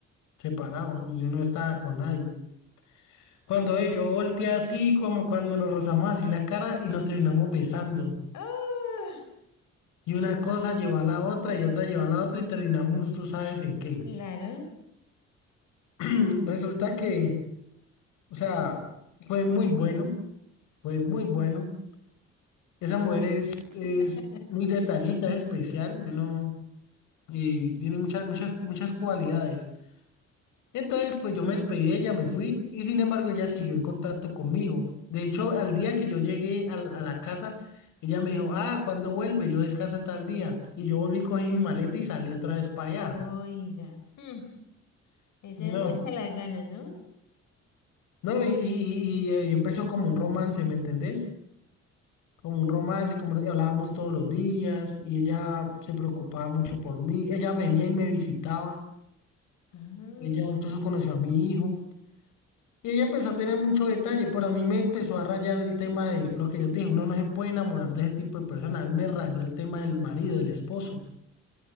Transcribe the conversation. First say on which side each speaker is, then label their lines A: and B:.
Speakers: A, on the left; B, on the left.
A: separado, y yo no estaba con nadie. Cuando eh, yo volteé así, como cuando nos rozamos así la cara y nos terminamos besando.
B: Ah,
A: Y una cosa llevó a la otra y otra llevó a la otra y terminamos, tú sabes en qué.
B: claro.
A: <clears throat> Resulta que... O sea, fue muy bueno, fue muy bueno. Esa mujer es, es
B: <laughs>
A: muy detallita, es especial, yo no, y tiene muchas, muchas, muchas cualidades. Entonces, pues yo me despedí de ella, me fui, y sin embargo ella siguió en contacto conmigo. De hecho, al día que yo llegué al- a, la casa, ella me dijo, ah, ¿cuándo vuelve? Yo descansa tal día. Y yo volví, cogí mi maleta y salí otra vez para allá.
B: Oiga. hmm, Esa es
A: No,
B: mucha la gana, ¿no?
A: no, y, y, y y eh, empezó como un romance, ¿me entendés? como un romance, como hablábamos todos los días y ella se preocupaba mucho por mí. Ella venía y me visitaba.
B: Ah,
A: Ella incluso conoció a mi hijo y ella empezó a tener mucho detalle, pero a mí me empezó a rayar el tema de lo que yo te dije, uno no se puede enamorar de ese tipo de personas. A mí me rayó el tema del marido, del esposo.